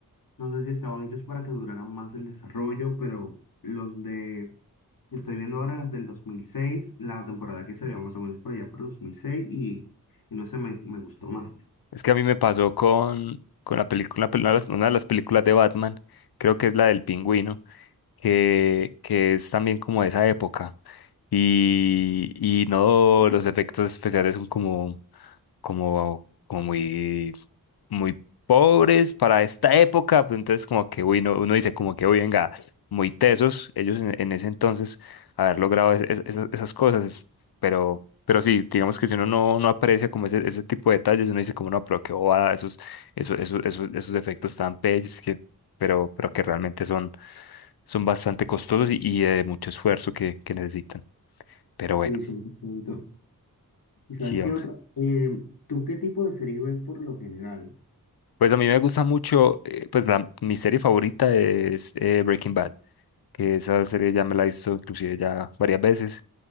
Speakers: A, on the left; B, on the left.
A: No sé si estaban hechos para que duraran más el desarrollo, pero los de... Estoy viendo ahora las del dos mil seis la temporada que se ve más o menos por allá por 2006, y, y no sé, me, me gustó más.
B: es que a mí me pasó con, con la película, una de las una de las películas de Batman, creo que es la del pingüino, que, que es también como de esa época. Y, y no, los efectos especiales son como, como, como muy muy pobres para esta época, pues entonces como que uy, no- uno dice como que uy, venga, muy tesos ellos en, en ese entonces haber logrado es- es- esas, esas cosas, es- pero, pero sí, digamos que si uno no, no aprecia como ese, ese tipo de detalles, uno dice como no, pero qué bobada, esos, esos, esos, esos, esos efectos tan bellos que, pero, pero que realmente son, son bastante costosos y, y de mucho esfuerzo que, que necesitan. Pero bueno,
A: Sí, 100%. ¿Y sabes
B: sí,
A: qué
B: hombre.
A: otra? Eh, ¿tú qué tipo de series ves por lo general?
B: Pues a mí me gusta mucho, eh, pues la, mi serie favorita es eh, Breaking Bad. que esa serie ya me la he visto inclusive ya varias veces